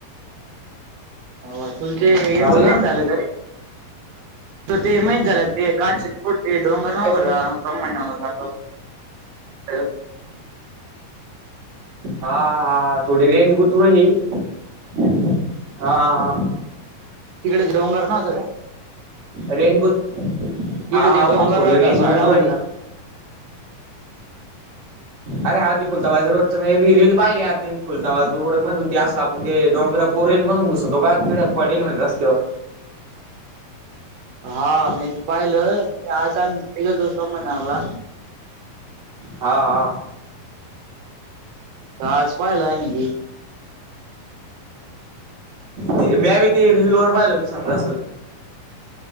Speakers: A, on the right; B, on the right.
A: अ तु याचं
B: हा बोल ना
A: झालं घर त ते माहित झालं ते काढच. कुठ ते डोंगर नव्हता
B: जायचं
A: का? स महिन्याला जातो. तर.
B: हा हा हा, थोडी रेंज गुतून राहिली हा हा हा.
A: तिकडच डोंगर नव्हता का?
B: रेंज गुत
A: तिकडेच
B: हा हा
A: डोंगर
B: पण थोडी रेंज
A: ढसाळ
B: गुतुरली
A: म्हणे.
B: ना अर हा तीुलताबाज रोड च मी रील पाहिली आर त कुलताबा रोड मधून ती अस. पण ते डोंगरा कोरेल मधून घुसतो का तिकड पडेल म्हणे रस्त्यावर.
A: हा मी पाहिलं मी आताे तो स महिन्याला.
B: हा हा.
A: आज पाहायला की.
B: ते मी बी ते रिलवर पाहिलं हो की समजा असं.